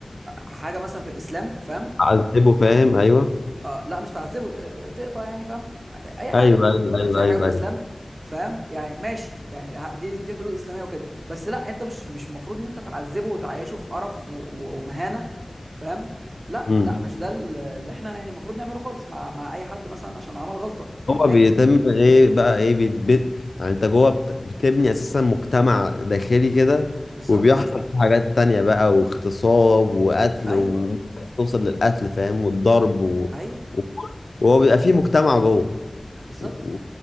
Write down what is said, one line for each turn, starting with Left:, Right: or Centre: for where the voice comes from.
Right: حاجه مثلا في الاسلام فاهم
Left: عذبه فاهم ايوه
Right: آه لا مش تعذبه ت- ت- تقطع يعني فاهم ح- اي حاجه
Left: ايوه
Right: في
Left: ايوه
Right: ف-
Left: ايوه
Right: زي
Left: ايوه
Right: حاجه في الاسلام
Left: ايوه
Right: فاهم يعني ماشي يعني ه- دي دي دي حدود اسلاميه وكده بس لا انت مش مش المفروض ان انت تعذبه وتعيشه في قرف و- و- ومهانه فاهم لا
Left: امم
Right: لا مش ده ال- اللي احنا يعني المفروض نعمله خالص مع مع اي حد مثلا عشان عمل غلطه
Left: هو
Right: أياً
Left: بيتم
Right: ك-
Left: ايه بقى ايه بيتبت يعني انت جوه بت- بتبني اساسا مجتمع داخلي كده
Right: بالظبط
Left: وبيحصل فيه حاجات تانية بقى واغتصاب وقتل
Right: ايوه
Left: وممكن توصل للقتل فاهم والضرب و...
Right: ايوه
Left: و... وهو بيبقى فيه مجتمع جوه
Right: بالظبط
Left: و...